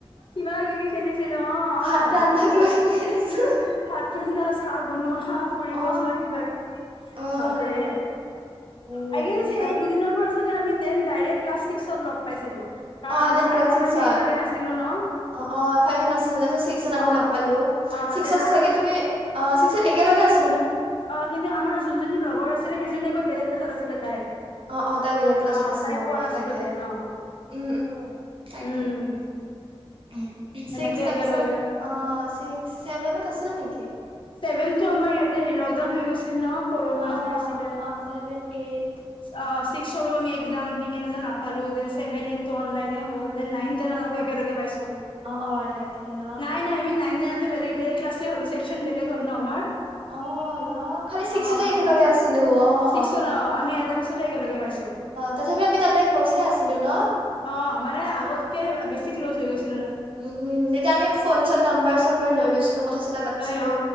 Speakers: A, on the left (about 55°); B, on the right (about 60°).
A: কিবা কিবি খেলিছিলো অ
B: ভাত
A: অ
B: ৰান্ধা
A: মনত
B: কিবা
A: আছে,
B: কিবি খেলিছো
A: হহ ভাত ৰন্ধা চা চাহ বনোৱা ফুৰিব
B: অ
A: যোৱা কিবা কিবি
B: অ
A: বাপৰে
B: ন উম
A: আই গেষ্ট সেই
B: তাৰ
A: দুদিনৰ পৰা চাগে আমি তেন ডাইৰেক্ট ক্লাছ ছিক্সত লগ পাইছিলো। কাৰণ
B: অ দেন
A: ফাইভত
B: ক্লাছ ছিক্সত
A: আমি একেলগে নাছিলো ন
B: অ অ ফাইভত নছিলো তাৰপিছত ছিক্সত আমি
A: অ
B: লগ পালোঁ
A: অ
B: ছিক্সত
A: দেন আৰু
B: চাগে তুমি অ ছি একেলগে আছ
A: অ কিন্তু আমাৰ যোনজনী লগৰ আছিলে সেইজনী আকৌ বেলেগ ক্লাছত আছিলে তাই
B: অ অ তাই বেলেগ ক্লাছত
A: অ
B: আছিল
A: তাইক পোৱা
B: অ
A: নাছিলো
B: তাকে
A: তেন অ
B: উম উম তাকে,
A: উম
B: উমহ
A: এনেকে
B: ছিক্স তাপিছত
A: একেলগে
B: অ চিক্স ছেভেনত আছিলা নেকি
A: ছেভেনটো আমাৰ ইয়াতে হে লকডাউন হৈ গৈছি ল ন কৰুণা
B: অ অ
A: যে আছিলে। অ
B: অ ছেভেন এইট
A: ছিক্স ছৰো আমি একজাম দি কেনে যে নাপালোঁ দেন ছেভেন এইট টো অনলাইনে হ'ল। নাইন,
B: অ
A: টেনত
B: অ
A: আকৌ একেলগে পাইছোঁ
B: অ অ তাকে ন
A: নাই নাই আমি নাইন, টেনত বেলেগ বেলেগ ক্লাছে হ'লো। চেকচন বেলেগ হ'ল ন আমাৰ
B: অহ ন খালি ছিক্সতে
A: অ
B: একেলগে
A: সেনেকে
B: আছিলোঁ অ
A: ছিক্সত
B: অ
A: আমি এটা ক্লাছতে একেলগে পাইছোঁ।
B: তথাপি আমি তাতে ক্ল'ছে আছিলো ন
A: অ মানে
B: অ
A: আগতকে বেছি বেছি ক্লজ হৈ গৈছো
B: উম উম তেতিয়া আমি ফোন চন নম্বাৰ চম্বাৰ লৈ লৈছিলো কথা চথা পাতিছিলো।
A: অ অ,